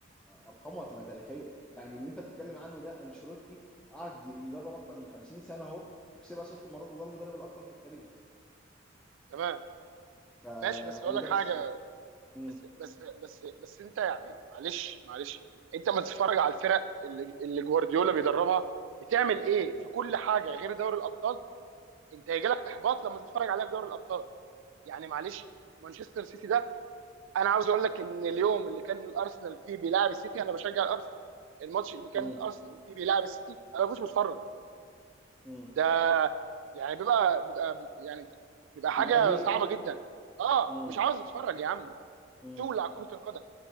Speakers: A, in the centre; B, on the right.
A: ارقامه هتبقى تاريخيه يعني اللي انت بتتكلم عنه ده انشيلوتي قعد يدرب اكتر من 50 سنه اهو وكسبها ست مرات وده المدرب الاكثر في التاريخ
B: تمام
A: ف
B: ماشي بس اقول
A: وده
B: لك حاجه
A: كس... مم.
B: بس بس بس بس انت يعني معلش معلش انت ما تتفرج على الفرق اللي اللي جوارديولا بيدربها بتعمل ايه في كل حاجه غير دوري الابطال انت هيجي لك احباط لما تتفرج عليها في دوري الابطال يعني معلش مانشستر سيتي ده انا عاوز اقول لك ان اليوم
A: مم.
B: اللي كان الارسنال فيه بيلعب السيتي انا بشجع الارسنال الماتش اللي كان
A: مم.
B: الارسنال فيه بيلعب السيتي انا ما كنتش بتفرج
A: مم.
B: ده يعني بيبقى بيبقى يعني بيبقى حاجه
A: مراجيح
B: صعبه جدا اه
A: مم.
B: مش عاوز اتفرج يا عم
A: مم.
B: تولع كره القدم